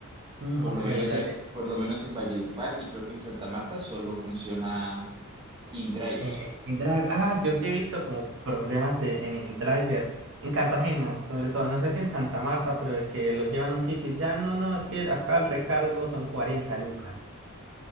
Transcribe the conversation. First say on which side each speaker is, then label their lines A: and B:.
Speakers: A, on the right; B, on the right.
A: Mm,
B: Por
A: ok,
B: lo menos,
A: dale.
B: eh, por lo menos en Valledupar y creo que en Santa Marta solo funciona InDriver.
A: Eh, InDrive, ah, yo sí he visto como problemas de, en InDriver, en Cartagena, sobre todo, no sé si en Santa Marta, pero de que los llevan a un sitio y dicen, ah, no, no, es que acá el recargo son 40 lucas.